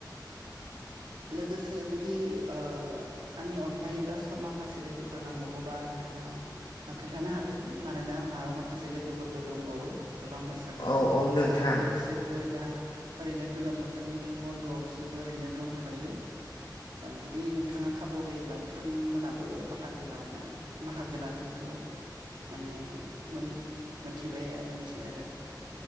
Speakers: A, on the left; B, on the right.
A: <inaudible>
B: लोगोसे जुदि ओ आंनि अनगायै बा माखासे लोगोफोर नांबावगौबा नोंथाङा खोन्थानो हागोन मानोना आंहा माखासे लोगोफोरबो दंबावो गोबां मोसाग्रा
A: औ औ नोंथां
B: जाहाथे बिसोरबो दा ओरैनो गोलोम बोथोरनि बन्द'आव बिसोरबो ओरैनो दंथ'यो जुदि नोंथाङा खाबु होयोब्ला बिथांमोनाबो बाहागो लानो बाहागो लागोनखौ माने मोनथिबाय मोनथियो आरो।